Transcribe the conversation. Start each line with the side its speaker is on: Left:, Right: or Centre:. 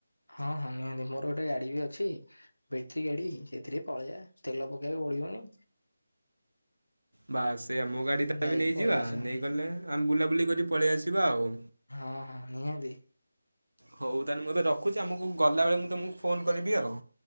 Left: ହଁ ହଁ ନିହାତି ମୋର ଗୋଟେ ଗାଡ଼ି ବି ଅଛି। ବେଟରୀ ଗଡ଼ି ସେଥିରେ ପଳେଇବା ତେଲ ପକେଇବାକୁ ପଡ଼ିବନି।
Right: ବାଶ୍ ସେଇଆ ମୋ ଗାଡ଼ିଟା
Left: ଯାଇକି
Right: ବି ନେଇଯିବା
Left: ପଳେଇ ଆସିବା।
Right: ନେଇଗଲେ ଆମେ ବୁଲାବୁଲି କରି ପଳେଇ ଆସିବା ଆଉ।
Left: ହଁ ହଁ ନିହାତି।
Right: ହଉ ତାହେଲେ ମୁଁ ଏବେ ରଖୁଛି ଆମକୁ ଗଲାବେଳେ ମୁଁ ତମକୁ ଫୋନ କରିବି ଆଉ।